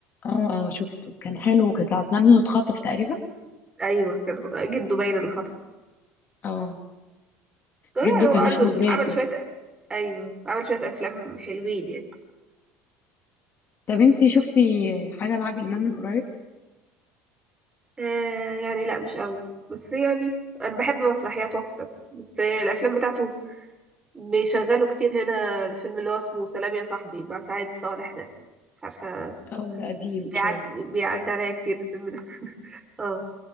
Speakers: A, on the left (about 40°); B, on the right (about 15°).
A: اه اه سبته كان حلو كانت ساعة ما ابنه اتخطف تقريبا
B: أيوه كان هو- جده باين اللي خطفه
A: اه
B: لا،
A: جده
B: هو
A: كان
B: عنده
A: احمد راتب
B: عمل شوية أيوه عمل شوية أفلام حلوين يعني
A: طب انتي شفتي حاجه لعادل امام من قريب
B: آه يعني لا مش قوي بس يعني انا بحب مسرحيات اكتر بس الافلام بتاعته بيشغلوا كتير هنا الفيلم اللي هو اسمه سلام يا صاحبي مع سعيد صالح ده مش عارفه
A: اه ده قديم
B: بيعد
A: شويه
B: بيعدي عليا كتير الفيلم ده <laughs> اه